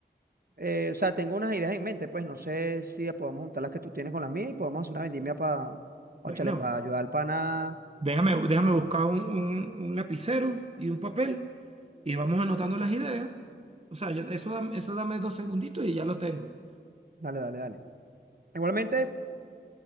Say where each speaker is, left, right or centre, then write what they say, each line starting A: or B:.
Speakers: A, on the right; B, on the right.
A: Eh, o sea, tengo unas ideas en mente, pues no sé si podemos juntar las que tú tienes con las mías y podemos hacer una vendimia para, ónchale,
B: Bueno,
A: para ayudar al pana.
B: déjame, déjame buscar un, un- un lapicero y un papel y vamos anotando las ideas. O sea, yo- eso, dame- eso dame dos segunditos y ya lo tengo.
A: Dale, dale, dale. Igualmente,